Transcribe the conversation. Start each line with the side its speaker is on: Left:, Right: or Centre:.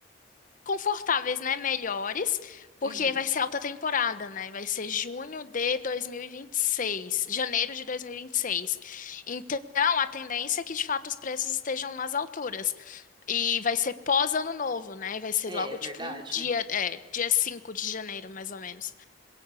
Left: confortáveis, né? Melhores, porque
Right: uhum.
Left: vai ser alta temporada, né? Vai ser junho de dois mil e e vinte e seis, janeiro de dois mil e e vinte e seis. Então, a tendência é que de fato os preços estejam nas alturas. E vai ser pós ano novo, né? Vai ser
Right: É,
Left: logo
Right: é verdade.
Left: tipo um dia, é, dia 5 de janeiro, mais ou menos.